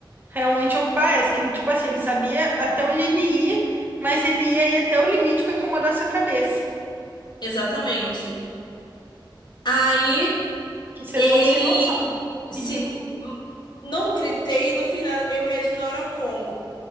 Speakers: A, on the right (about 25°); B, on the left (about 60°).
A: Realmente eu parece que ele, tipo assim, ele sabia até onde ele ia, mas ele ia ir até o limite pra incomodar sua cabeça.
B: Exatamente. Aí...
A: Que ser
B: Ele,
A: humano sem noção.
B: sim,
A: Ridículo.
B: hum, não gritei, no final eu reagi na hora como?